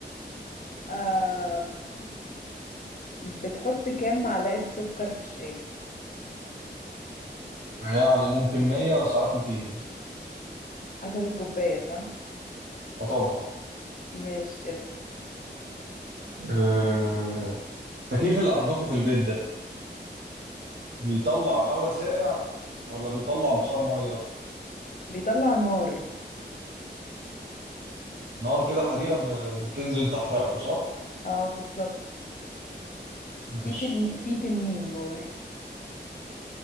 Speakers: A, on the left; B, on the right.
A: أم... بتحط كام معلقة سكر في الشاي؟
B: يعني ممكن 100 وساعات 200
A: حسب الكوباية صح؟
B: اه طبعا
A: ماشي
B: آه... التكييف اللي عندكم في البيت ده بيطلع هواء ساقع ولا بيطلع بخار مية؟
A: بيطلع نار
B: نار كده حريقة ب... بتنزل تحرقكوا صح؟
A: اه بالظبط
B: ماشي
A: في تن... في تنين جواه